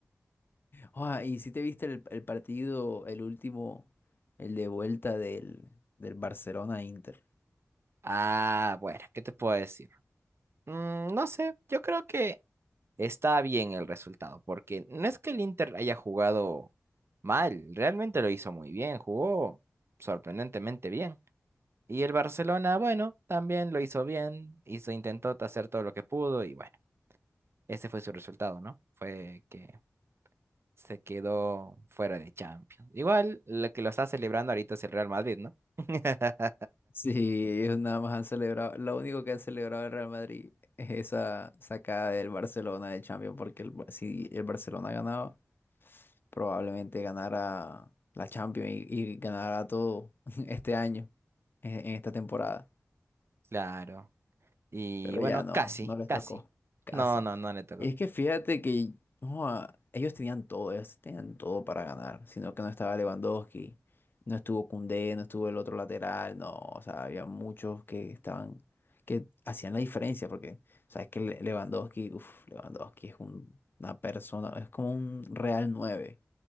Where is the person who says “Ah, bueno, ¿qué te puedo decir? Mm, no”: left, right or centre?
Right